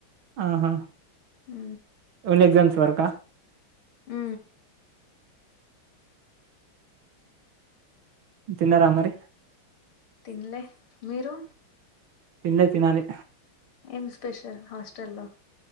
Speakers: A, on the right; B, on the left.
A: ఆహా
B: మ్
A: అన్ని ఎగ్జామ్స్ వరుకా
B: మ్
A: తిన్నారా మరి
B: తిన్లే మీరు
A: తిన్లే తినాలి
B: ఏం స్పెషల్ హాస్టల్ లో